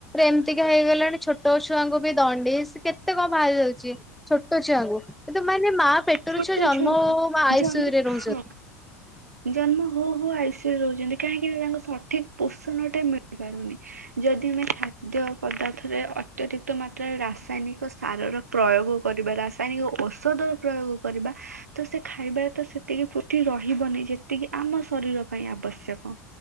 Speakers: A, in the centre; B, on the right.
A: ଏମିତିକା ହେଇଗଲାଣି ଛୋଟ ଛୁଆଙ୍କୁ ବି ଦଣ୍ଡିସ କେତେ କଣ ବାହାରି ଯାଉଛି ଛୋଟ ଛୁଆଙ୍କୁ କିନ୍ତୁ ମାନେ ମା ପେଟରୁ
B: ଛୋଟ
A: ଛୁଆ ଜନ୍ମ
B: ଛୁଆଙ୍କୁ
A: ହଉ ହଉ ଆଇ
B: ଜନ୍ମ
A: ସି ୟୁ ରେ ରହୁଛନ୍ତି।
B: ହଁ ଜନ୍ମ ହଉ ହଉ ଆଇ ସି ୟୁ ରେ ରହୁଛନ୍ତି କାହିଁକି ନା ତାଙ୍କ ସଠିକ ପୋଷଣ ଟା ମିଳିପାରୁନି ଯଦି ଆମେ ଖାଦ୍ୟ ପଦାର୍ଥରେ ଅତ୍ୟଧିକ ମାତ୍ରାରେ ରାସାୟନିକ ସାରର ପ୍ରୟୋଗ କରିବା ରାସାୟନିକ ଔଷଧର ପ୍ରୟୋଗ କରିବା ତ ସେ ଖାଇବାରେ ତ ସେତିକି କ ରହିବନି ଯେତିକି ଆମ ଶରୀର ପାଇଁ ଆବଶ୍ୟକ